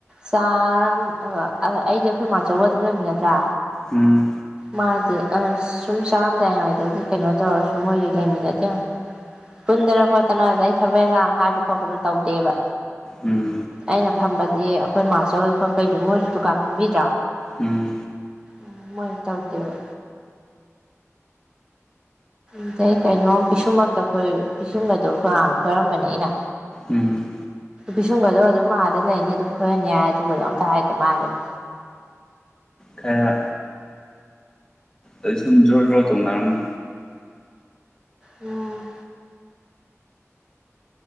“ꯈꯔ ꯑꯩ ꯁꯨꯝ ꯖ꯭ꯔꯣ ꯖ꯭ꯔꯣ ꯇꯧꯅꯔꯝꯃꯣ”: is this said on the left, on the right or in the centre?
Left